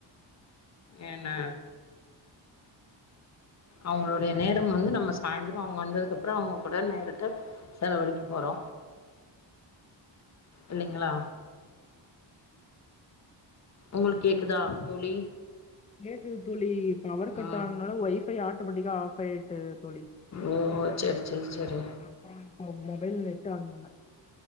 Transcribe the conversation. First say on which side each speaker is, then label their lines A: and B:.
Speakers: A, on the left; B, on the left.
A: ஏனா அவுங்களுடைய நேரம் வந்து நம்ம சாய்ந்திர அவுங்க வந்ததுக்கு அப்புற அவங்க கூட நேரத்த செலவழிக்க போறோ இல்லைங்களா உங்களுக்கு கேக்குதா தோழி
B: கேக்குது தோழி பவர் கட்
A: ஆ
B: ஆனனால ஒய்ஃபை ஆட்டோமேட்டிக்கா ஆஃப் ஆயிட்டு தோழி
A: ஓ ஓ செரி செரி செரி
B: அப்புற இப்ப மொபைல் நெட்டு ஆன் பண்ண